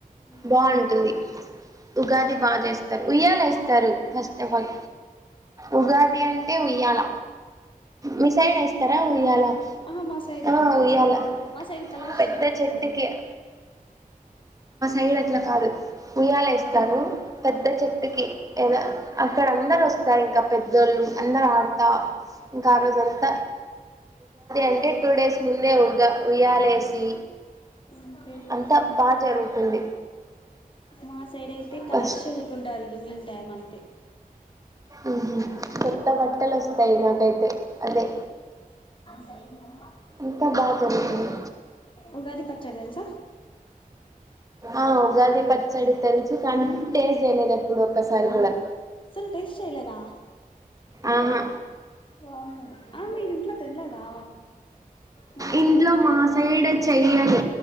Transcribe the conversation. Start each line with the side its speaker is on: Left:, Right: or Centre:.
Left: మ్మ్
Right: బాగుంటుంది ఉగాది బా చేస్తారు ఉయ్యాలేస్తారు ఫెస్టివల్ ఉగాది అంటే ఉయ్యాల మిసైడ్ యేస్తారా ఉయ్యాల
Left: ఆ మా సైడ్
Right: ఆ
Left: ఏం లేదు
Right: ఉయ్యాల
Left: మా సైడ్ కలర్స్
Right: పెద్ద
Left: చల్లుకుంటారు
Right: చెట్టుకి ఎయ్ అట్ల కాదు ఉయ్యాలేస్త స్తారు పెద్ద
Left: మ్మ్
Right: చెట్టుకీ అక్కడ అందరు వస్తారు ఇంకా పెద్దోళ్ళు అందరు ఆడు ఇంకా ఆ రోజంతా అంటే టూ డేస్ ముందే ఉగా ఉయ్యాలేసి
Left: ఇంకేంది
Right: అంతా బాగా జరుగుతుంది
Left: మా సైడ్ అయితే కలర్స్
Right: ఫస్ట్
Left: చల్లుకుంటారు ఈవెనింగ్ టైమ్ అంతే
Right: ఉ హూ కొత్త బట్టలొస్తయ్ నాకైతే అదే
Left: టైమూ
Right: ఇంకా బాగా జరుగుతుంది
Left: ఉగాది పచ్చడి తెలుసా
Right: ఆ ఉగాది పచ్చ చ్చడి తెలుసు కానీ టేస్ట్ చేయలేదు ఎప్పుడు ఒక్కసారి కూడా
Left: అసలు టేస్ట్ చేయలేదా
Right: ఆహా
Left: వామ్మో హా మీరు ఇంట్లో తినలేదా మొన్న
Right: ఇంట్లో
Left: ఉగాదికి
Right: మా సైడ్ వచ్చి చెయ్యరు